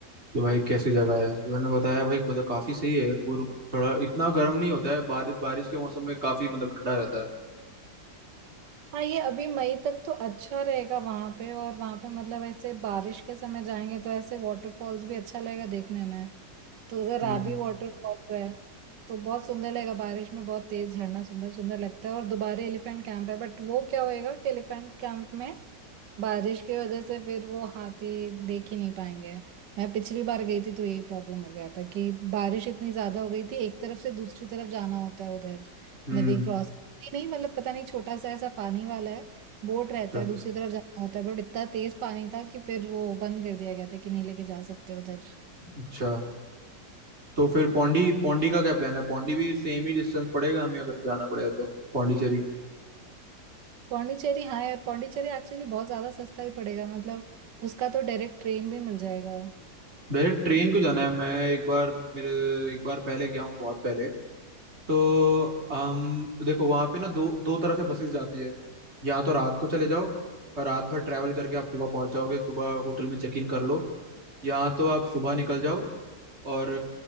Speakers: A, on the right (about 35°); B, on the right (about 70°).
A: भाई कैसी जगह है तो उन्होंने बताया भाई मतलब काफी सही है पूर- थोड़ा इतना गर्म नहीं होता है बारिश बारिश के मौसम में काफी मतलब ठंडा रहता है
B: हाँ ये अभी मई तक तो अच्छा रहेगा वहां पे और वहां पे मतलब ऐसे बारिश के समय जाएंगे तो ऐसे वाटरफॉल्स भी अच्छा लगेगा देखने में तो उधर
A: हम्म
B: राबी वाटरफॉल्स है तो बहुत सुंदर लगेगा बारिश में बहुत तेज झरना सुंदर सुंदर लगता है और दोबारा एलिफेंट कैंप है बट वो क्या होएगा कि एलिफेंट कैंप में बारिश की वजह से फिर वो हाथी देख ही नहीं पाएंगे मैं पिछली बार गई थी तो यही प्रॉब्लम हो गया था कि बारिश इतनी ज्यादा हो गई थी एक तरफ से दूसरी तरफ जाना होता है उधर
A: हम्म
B: नदी क्रॉस करती नहीं मतलब पता नहीं छोटा सा ऐसा पानी वाला है बोट रहता
A: अच्छा
B: है दूसरी तरफ जाना होता है बट इतना तेज पानी था कि फिर वो बंद कर दिया गया था कि नहीं लेके जा सकते उधर
A: अच्छा तो फिर पौंडी पौंडी का क्या प्लान है पौंडी भी सेम ही डिस्टेंस पड़ेगा हमें अगर जाना पड़ेगा तो पौंडीचेरी
B: पौंडीचेरी हाँ यार पौंडीचेरी एक्चुअली बहुत ज्यादा सस्ता भी पड़ेगा मतलब उसका तो डायरेक्ट ट्रेन भी मिल जाएगा
A: मेरे ट्रेन को जाना है मैं एक बार मेरे एक बार पहले गया हूँ बहुत पहले तो हम देखो वहाँ पे ना दो दो तरह से बसेस जाती है या तो रात को चले जाओ और रात भर ट्रैवल करके आप सुबह पहुँच जाओगे सुबह होटल में चेक इन कर लो या तो आप सुबह निकल जाओ और